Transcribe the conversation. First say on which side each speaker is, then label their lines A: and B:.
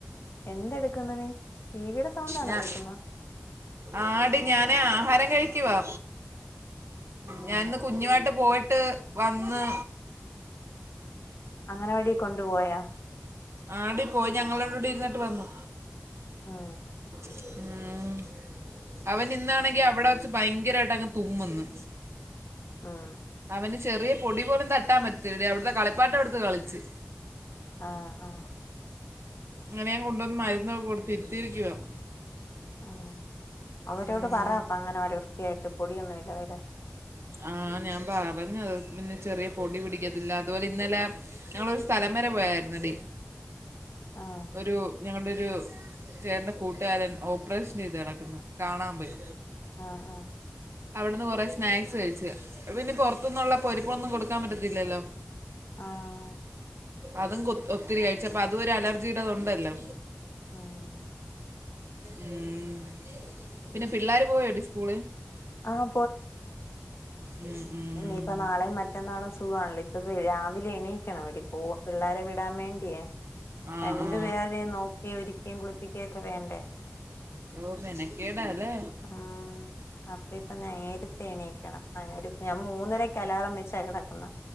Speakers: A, on the left (about 85°); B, on the right (about 80°).
A: എന്ത്‌ എട്ക്ക്ന്ന് നി ടിവിയുടെ സൗണ്ടാണോ
B: ഞാൻ
A: കേക്കുന്നെ.
B: ആടി ഞാന് ആഹാരം കഴിക്ക് വാ
A: ഉം
B: ഞാൻന്ന്. കുഞ്ഞുവായ്ട്ട് പോയ്ട്ട് വന്ന്.
A: അങ്ങന വാടി കൊണ്ട് പോയാ.
B: ആ ടി പോയ് ഞങ്ങളവ്ടെ ഇരുന്നിട്ട് വന്നു.
A: ആഹ്.
B: ഉം. അവൻ ഇന്നാണെങ്കി അവ്ടെ വച്ച് ഭയങ്കരായിട്ടങ്ങ് തുമ്മുന്ന്.
A: ആഹ്.
B: അവന് ചെറിയ പൊടി പോലും തട്ടാൻ പറ്റൂല്അവ്ട്ത്തെ കളിപ്പാട്ടം എടുത്ത് കളിച്ച്.
A: ആഹ് ആഹ്.
B: ങ്ങനെ കൊണ്ട് വന്ന് മരുന്നൊക്കെ കൊടുത്തിരുത്തിരിക്കു വാ.
A: ആഹ് അവരോട്
B: ഉം.
A: പറ അപ്പ അങ്ങനവാടി വൃത്തിയായിട്ട് പൊടിയൊന്നും ഇല്ലതിലഇടാൻ
B: ആഹ് ഞാൻ പറഞ്ഞുത് പിന്നെ ചെറിയ പൊടി പിടിക്കത്തില്ല അത്പോലെ ഇന്നലെ. ഞങ്ങളൊരു സ്ഥലം വരെ പോയായ്ര്ന്ന്ടി.
A: ആഹ്.
B: ഒരു ഞങ്ങള്ടെ ഒരു. ചേട്ടന്റെ കൂട്ടുകാരൻ ഓപ്പറേഷൻ ചെയ്ത്ട്ക്കുന്നു കാണാൻ പോയി.
A: ആഹ് ആഹ്.
B: അവ്ട്ന്ന് കുറേ സ്നാക്സ് കഴിച്ച്. പിന്നെ പുറത്ത്ന്നുള്ള പൊരിപ്പൊന്നും കൊട്ക്കാൻ പറ്റത്തില്ലല്ലോ.
A: ആഹ്
B: അതും കൊ ഒത്തിരി കഴിച്ച് അപ്പ അതുംഒര് അലർജിയുടെത് ഉണ്ടല്ലോ.
A: ആഹ്.
B: ഉം പിന്നെ പിള്ളാര് പോയോ ടി സ്കൂള്.
A: ആഹ്
B: ഉം. ഉം.
A: <unintelligible> നാളെംമറ്റന്നാളും സുഖാണല്ലോ ഇപ്പവ് രാവിലെ എണീക്കണം എടി പോ പിള്ളാരേ വിടാൻ വേണ്ടിയേ.
B: ആ
A: രണ്ട്
B: ആ
A: പേരേം നോക്കിയെം ഒര്ക്കേം കുളിപ്പിക്കേംയൊക്കെ വേണ്ടേ.
B: യോ മേനകേടാല്ലേ.
A: ആഹ് അപ്പ ഇപ്പൊ നേരത്തെ എണീക്കണം അയ്നൊരു. ഞാൻ മൂന്നരക്കലാറം വെച്ച കെടക്കുന്നെ